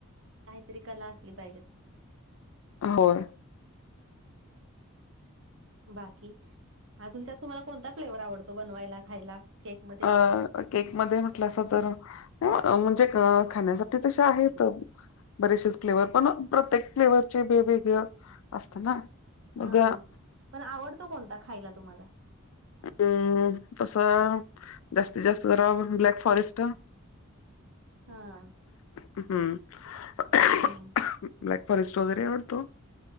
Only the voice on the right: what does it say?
काहीतरी कला असली पाहिजेत.
बाकी अजून त्यात तुम्हाला कोणता फ्लेवर आवडतो बनवायला, खायला? केकमध्ये?
हा, पण आवडतो कोणता खायला तुम्हाला?
हा.
ह ह.